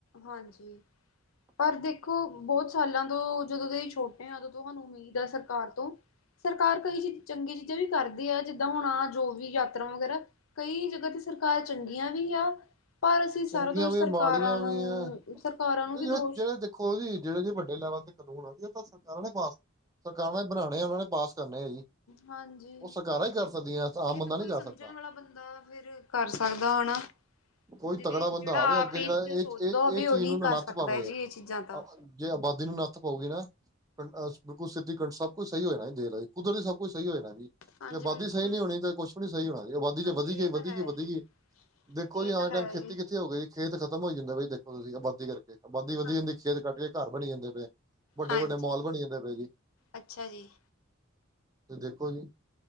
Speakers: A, on the left; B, on the right.
A: ਹਾਂਜੀ।
B: <unintelligible>
A: ਪਰ ਦੇਖੋ ਬੋਤ ਸਾਲਾਂ ਤੋਂ ਜਦੋਂ ਦੇ ਅਸੀ ਛੋਟੇ ਆ, ਉਦੋਂ ਤੋਂ ਹਾਨੂੰ ਉਮੀਦ ਆ ਸਰਕਾਰ ਤੋਂ ਸਰਕਾਰ ਕਈ ਚੀਜ਼ ਚੰਗੀ ਚੀਜ਼ਾਂ ਵੀ ਕਰਦੀ ਐ, ਜਿੱਦਾਂ ਹੁਣ ਆ ਜੋ ਵੀ ਯਾਤਰਾ ਵਗੈਰਾ ਕਈ ਜਗ੍ਹਾ ਤੇ ਸਰਕਾਰਾਂ ਚੰਗੀਆਂ ਵੀ ਆ, ਪਰ ਅਸੀਂ ਸਾਰਾ
B: ਚੰਗੀਆਂ
A: ਦੋਸ਼
B: ਵੀ
A: ਸਰਕਾਰ
B: ਮਾੜੀਆਂ
A: ਨੂੰ
B: ਵੀ ਆ
A: ਸਰਕਾਰਾਂ ਨੂੰ ਵੀ
B: ਜਿਹੜੇ
A: ਦੋਸ਼
B: ਜਿਹੜੇ ਦੇਖੋ ਜੀ ਜੇੜੇ ਜੀਵੱਡੇ ਲੈਵਲ ਤੇ ਕਾਨੂੰਨ ਆ ਜੀ, ਏ ਤਾਂ ਸਰਕਾਰਾਂ ਨੇ ਪਾਸ ਸਰਕਾਰਾਂ ਬਣਾਣੇ ਆ, ਓਨਾਂ ਨੇ ਪਾਸ ਕਰਨੇ ਆ ਜੀ।
A: ਹਾਂਜੀ,
B: ਉਹ ਸਰਕਾਰਾਂ ਹੀ ਕਰ ਸਕਦੀਆਂ
A: ਏ
B: ਆਮ ਬੰਦਾ
A: ਤਾਂ
B: ਨਹੀਂ
A: ਕੋਈ
B: ਕਰ
A: ਸਮਝਣ
B: ਸਕਦਾ।
A: ਵਾਲਾ ਬੰਦਾ ਐ। ਫੇਰ ਕਰ ਸਕਦਾ ਹਨਾ।
B: ਕੋਈ
A: ਜੀਦੀ
B: ਤਗੜਾ ਬੰਦਾ
A: ਜੇੜਾ
B: ਆਵੇ ਅੱਗੇ
A: ਆਪ ਏ
B: ਜਿਹੜਾ
A: ਚੀਜ਼ਾਂ ਸੋਚਦਾ
B: ਇਹ ਇਹ
A: ਹੋਵੇ,
B: ਇਹ ਚੀਜ਼
A: ਓਹੀ
B: ਨੂੰ ਨਾ
A: ਕਰ
B: ਨੱਥ
A: ਸਕਦਾ
B: ਪਾਵੇ।
A: ਐ ਜੀ ਏ ਚੀਜ਼ਾਂ ਤਾਂ
B: ਜੇ ਆਬਾਦੀ ਨੂੰ ਨੱਥ ਪਉਗੀ ਨਾ। ਬਿਲਕੁਲ ਸਿੱਧੀ ਸਭ ਕੁਛ ਸਈ ਹੋ ਜਾਣਾ ਜੀ, ਦੇਖਲੋ ਜੀ ਕੁਦਰਤ ਸਭ ਕੁਛ ਸਈ ਹੋ ਜਾਣਾ ਜੀ।
A: ਹਾਂਜੀ
B: ਜੇ ਆਬਾਦੀ
A: ਬਿਲਕੁਲ
B: ਸਈ ਨੀ ਹੋਣੀ ਤਾਂ ਕੁਛ ਵੀ ਨੀ ਸਈ ਹੋਣਾ, ਜੇ ਆਬਾਦੀ ਜੇ
A: ਹਾਂਜੀ
B: ਵਧੀ ਗਈ,
A: ਇਹ ਤਾਂ
B: ਵਧੀ
A: ਹੈ
B: ਗਈ, ਵਧੀ
A: ਜੀ
B: ਗਈ। ਦੇਖੋ
A: ਇਹ
B: ਜੀ, ਹਰ
A: ਤਾਂ ਹੈ
B: ਟੈਮ ਖੇਤੀ
A: ਜੀ
B: ਇੱਥੇ ਹੋਏ ਜੀ ਖੇਤ ਖਤਮ ਹੋਈ ਜਾਂਦੇ ਬਈ ਦੇਖੋ, ਤੁਸੀਂ ਆਬਾਦੀ ਕਰਕੇ, ਆਬਾਦੀ ਵਧੀ
A: ਹਾਂ
B: ਜਾਂਦੀ ਖੇਤ ਕੱਟ ਕੇ ਘਰ ਬਣੀ ਜਾਂਦੇ ਪਏ। ਵੱਡੇ-ਵੱਡੇ
A: ਹਾਂਜੀ
B: ਮਾਲ ਬਣੀ ਜਾਂਦੇ ਪਏ ਜੀ,
A: ਅੱਛਾ ਜੀ
B: ਤੇ ਦੇਖੋ ਜੀ।